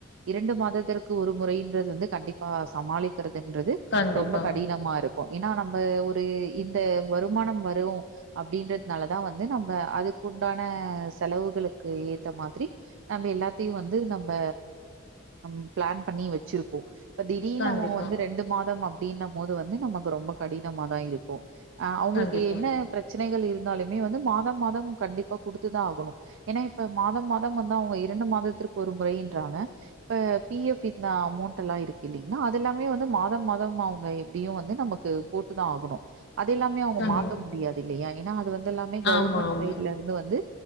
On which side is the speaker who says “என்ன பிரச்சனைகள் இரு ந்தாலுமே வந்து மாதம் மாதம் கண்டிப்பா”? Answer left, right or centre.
Right